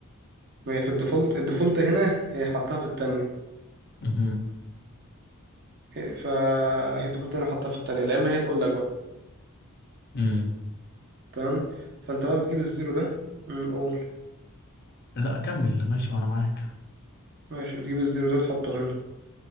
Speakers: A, on the right (about 50°); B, on the left (about 45°).
A: ما هي في الديفولت الديفولت هنا هي حطها في التانية
B: امم
A: هي- فهي الديفولت هنا حطها في التانية لا اما هي تقول لك بقى
B: امم
A: تمام فانت بقى بتجيب الزيرو ده أمم، قول
B: لا كمل ماشي وانا معاك
A: ماشي بتجيب الزيرو ده تحطه هنا